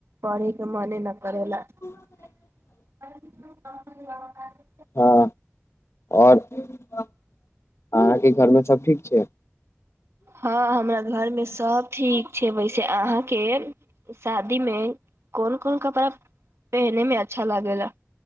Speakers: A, on the right; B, on the left.
A: पढ़े के मने न करेला
B: <inaudible>
A: <unintelligible>
B: हँ आओर अहाँके घरमे सब ठीक छै
A: हँ हमरा घरमे सभ ठीक छै वैसे अहाँके शादी में कोन कोन कपड़ा पेहने में अच्छा लागेेला